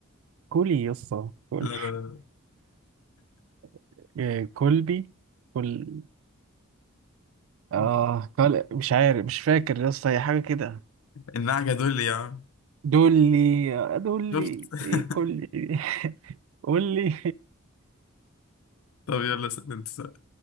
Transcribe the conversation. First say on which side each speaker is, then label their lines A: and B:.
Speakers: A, on the right; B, on the left.
A: كولي يسطا كول
B: لا لا لا
A: <laughs> إيه، كولبي كول اه
B: لا.
A: كول مش عارف مش فاكر يسطا هي حاجة كده
B: النعجة دول يا عم
A: دولي آه، دولي
B: شفت <laughs>
A: ايه كولي <laughs> قولي
B: طب يلا سأل انت سؤال